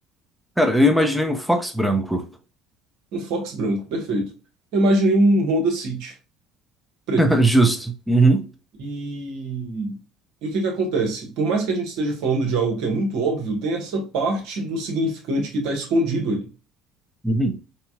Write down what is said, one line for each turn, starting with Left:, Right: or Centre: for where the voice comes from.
Centre: Cara, eu imaginei um Fox branco.
Right: Um Fox branco, perfeito. Eu imaginei um Honda City, preto.
Centre: <laughs> Justo. Uhum.
Right: E... E o que que acontece? Por mais que a gente esteja falando de algo que é muito óbvio, tem essa parte do significante que está escondido ali.
Centre: Uhum.